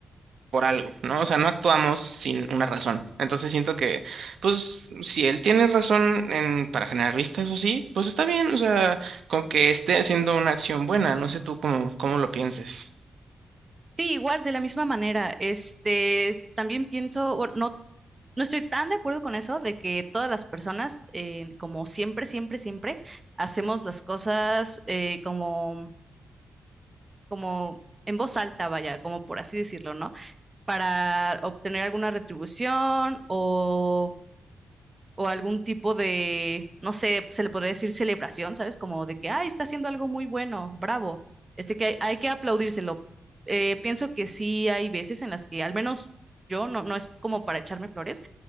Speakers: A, on the right (about 70°); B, on the right (about 20°).
A: por algo, ¿no? O sea, no actuamos sin una razón. Entonces siento que, pues, si él tiene razón en, para generar vistas o sí, pues está bien, o sea, con que esté haciendo una acción buena, no sé tú cómo, cómo lo pienses.
B: Sí, igual, de la misma manera, este, también pienso, bueno, no, no estoy tan de acuerdo con eso de que todas las personas, eh, como siempre, siempre, siempre, hacemos las cosas eh, como, como en voz alta, vaya, como por así decirlo, ¿no? para obtener alguna retribución o, o algún tipo de, no sé, se le podría decir celebración, ¿sabes? Como de que, ay, está haciendo algo muy bueno, bravo. Este que hay, hay que aplaudírselo. Eh, pienso que sí hay veces en las que, al menos yo, no, no es como para echarme flores,